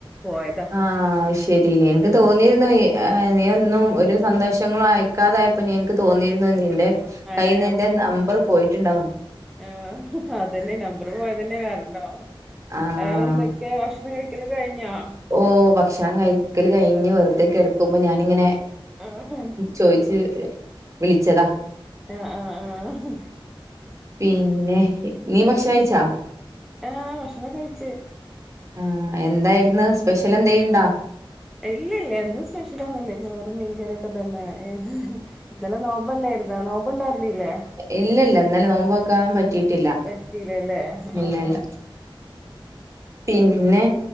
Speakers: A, in the centre; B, on the right.
A: പോയത്
B: ആഹ് ശരി ല്ലേ എനിക്ക് തോന്നിയിരുന്നു നീ ഒന്നും ഒരു സന്തോഷങ്ങളും അയക്കാതായ പ്പൊ ഞെൻക്ക് തോന്നിയിരുന്നു നിന്റെ
A: ആഹ്
B: കയ്യിൽന്ന്
A: നം
B: എന്റെ നമ്പർ പോയിട്ടുണ്ടാവും
A: ആഹ് അതന്നെ നമ്പർ പോയതന്നെ കാരണം
B: ആഹ്
A: വേറെന്തൊ ക്കേ ക്ഷണം കഴിക്കല് കഴിഞ്ഞോ
B: ഓഹ് ഭക്ഷണം കഴിക്കല് കഴിഞ്ഞ് വെറുതേ കിടക്കുമ്പോ ഞാാനിങ്ങനെ
A: ആഹ്
B: ചോയിച്ച് വിളിച്ചതാ
A: ആഹ് ആഹ് ആഹ് ആഹ്
B: പിന്നെ നീ ഭക്ഷണം കഴിച്ചാ
A: ആഹ് ഭക്ഷണംക്കെ കഴിച്ച്
B: ആഹ് എന്തായിരുന്നു സ്പെഷ്യൽ എന്തേണ്ടാ
A: ഇല്ല ഇല്ല എന്നും സ്പെഷ്യലൊന്നൂല്ല ചോറും മീൻകറിയൊക്കെ തന്നെ ഇന്നലെ നോമ്പല്ലായിരുന്നോ നോമ്പ് ണ്ടായിരുന്നീല്ലേ
B: ഇല്ലല്ല ഇന്നലെ നോമ്പോക്കാൻ പറ്റിട്ടില്ല
A: പറ്റീലല്ലേ
B: ഇല്ലല്ല
A: ആഹ് ആഹ്
B: പിന്നെ